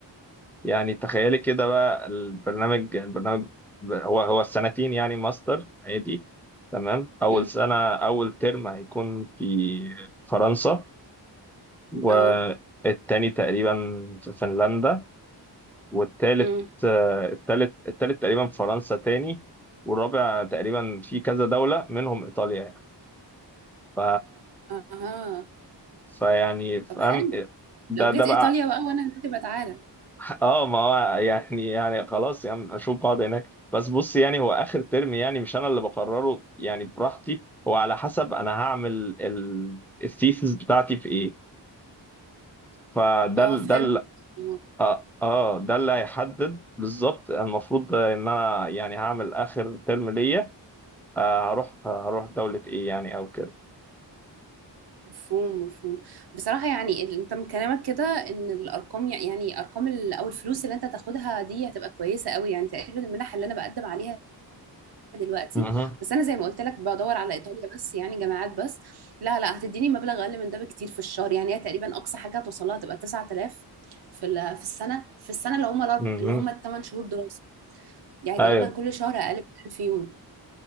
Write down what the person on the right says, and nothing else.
امم
اه
امم
اها
طب حلو
لو جيت
ايطاليا بقى وانا هناك تبقى تعالى
اه
فهمت
آه.
مفهوم مفهوم بصراحة يعني ال- انت من كلامك كده ان الارقام يع- يعني ارقام ال- او الفلوس اللي انت هتاخدها دي هتبقى كويسة قوي يعني تقريبا المنح اللي انا بقدم عليها دلوقتي
بس انا زي ما قلت لك بدور على ايطاليا بس يعني جامعات بس لا لا هتديني مبلغ اقل من ده بكتير في الشهر يعني هي تقريبا اقصى حاجة هتوصل لها تبقى 9000 في ال- في السنة في السنة اللي هم الأرب-
اللي هم الثمان شهور دراسة يعني
تقريبا كل شهر اقل من 1000 يورو